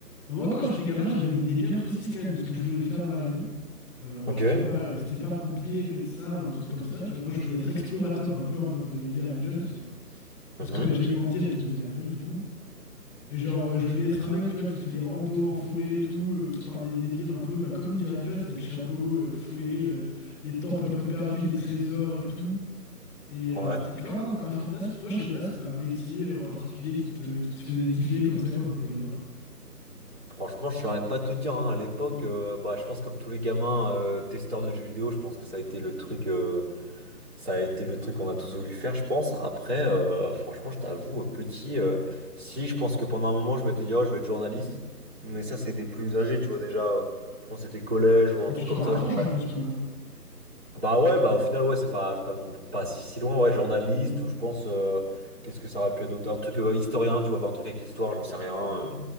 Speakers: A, in the centre; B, on the right.
A: Bon, moi, quand j'étais gamin, j'avais une idée bien précise quand même de ce que je voulais faire dans la vie. Euh, bon,
B: Ok.
A: c'était pas, euh, c'était pas pompier, médecin ou un truc comme ça, tu vois. Moi, je voulais être explorateur un peu en mode euh, Indiana Jones, tu vois. Parce
B: Mhm.
A: que bah, j'ai grandi avec Indiana Jones, du coup. Et genre, euh, je voulais être un mec, tu vois, qui fait des randos en forêt et tout, euh, qui parle des délires un peu, bah, comme Indiana Jones, avec chapeau, euh, fouet, euh, les temples un peu perdus, les trésors et tout. Et
B: Ouais.
A: euh, c'était grave un, un fantasme. Toi, je sais pas, c'était un métier euh, en particulier qui te, qui te faisait kiffer comme ça quand t'étais gamin.
B: Franchement, je saurais pas te dire. hein. À l'époque, euh, bah, je pense comme tous les gamins euh, testeurs de jeux vidéo, je pense que ça a été le truc, euh, ça a été le truc qu'on a tous voulu faire, je pense. Après, euh, franchement, je t'avoue, euh, petit, euh, si je pense que pendant un moment, je m'étais dit, oh, je vais être journaliste. Mais ça, c'était plus âgé, tu vois déjà. euh, je pense que c'était collège ou un
A: Ouais,
B: truc
A: tu t'en
B: comme
A: rapproches
B: ça, journaliste.
A: en plus maintenant.
B: Bah ouais, bah au final, ouais, c'est pas, c'est pas, non, pas si, si loin, ouais, journaliste, ou je pense, euh, qu'est-ce que ça aurait pu être d'autre? Un truc euh, historien, tu vois, enfin, un truc avec l'histoire, j'en sais rien. euh.